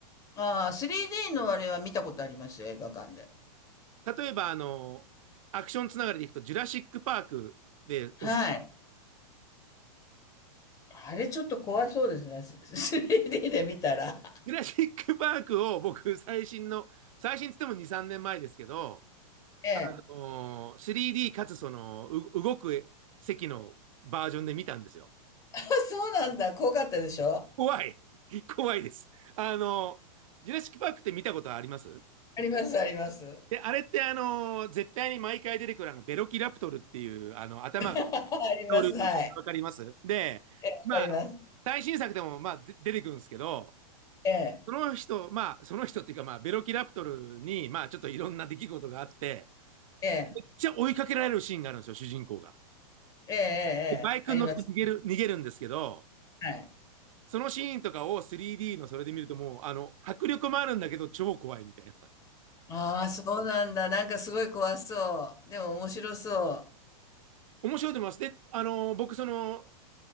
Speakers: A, on the left; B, on the right.
A: ああ、3D のあれは見たことありますよ、映画館で。
B: 例えば、あのーアクションつながりでいくと、ジュラシック・パークです
A: はい。あれちょっと怖そうですね、す 3D で見たら。<laughs>
B: ジュラシック・パークを僕、最新の、最新っつっても2、3年前ですけど、
A: ええ。
B: あのー 3D かつその、う動く席のバージョンで見たんですよ。
A: あ、そうなんだ、怖かったでしょ
B: 怖い <laughs> 怖いです。あのージュラシック・パークって見たことあります
A: あります、あります。
B: で、あれってあのー絶対に毎回出てくるあの、ベロキラプトルっていう、あの、頭が、
A: <laughs> あります、
B: 恐竜の毛わかりますで、
A: はい。ええ、わかります。
B: まあ、最新作でも、まあ、で出てくるんですけど、
A: ええ、
B: その人、まあ、その人っていうか、まあ、ベロキラプトルに、まあ、ちょっといろんな出来事があって、
A: ええ、
B: じゃあ追いかけられるシーンがあるんですよ、主人公が。
A: ええ、ええ、
B: でバイクに乗って逃げる、
A: ええあります。
B: 逃げるんですけど、
A: はい。
B: そのシーンとかを 3D のそれで見るともう、あの、迫力もあるんだけど、超怖いみたいな。
A: ああ、そうなんだ。なんかすごい怖そう。でも面白そう。
B: 面白いと思います。で、あの、僕、その、